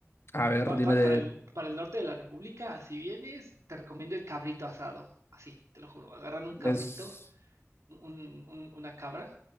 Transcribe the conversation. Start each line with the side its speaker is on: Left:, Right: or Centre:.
Left: A ver,
Right: Pa-
Left: dime
Right: pa-
Left: de...
Right: para el, para el norte de la República, si vienes, te recomiendo el cabrito asado. Así, te lo juro. Agarran un cabrito,
Left: Es
Right: un- un- una cabra,